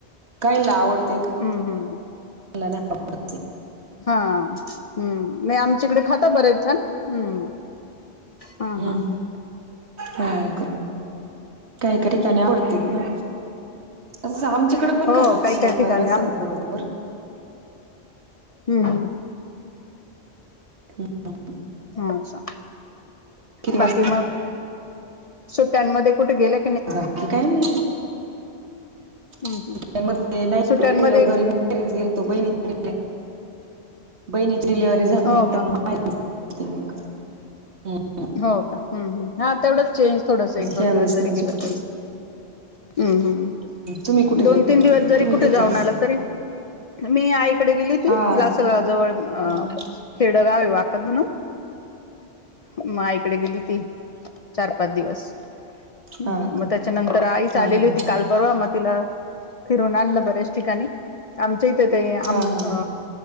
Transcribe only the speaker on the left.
हम्म हम्म.
हा हम्म नाही आमच्या इकडे खाता बरंच हम्म. हा
हा हा
हो
काही
काही ठिकाणी
आम
हम्म हम.
हा सां
बाकी
मग सुट्ट्यांमध्ये कुठे गेले.
हम्म
हम्म सुट्ट्यांमध्ये
हो का
हो का? हम्म हू हा तेवढंच चेंज थोडस एक दोन
दिवस जरी
गेलं तरी हम्म हम्म
दोन
तीन दिवस जरी
कुठ
जाऊन आलं तरी मी आईकडे गेलीती
लासरा जवळ अ
खेडगाव वाकत म्हणून म आईकड गेलीती चार पाच दिवस <unintelligible> मग
त्याच्यानंतर आईच
आलेली
होती, काल परवा म तिला फिरून आणलं बऱ्याच ठिकाणी, आमच्या इथ ते आम
अ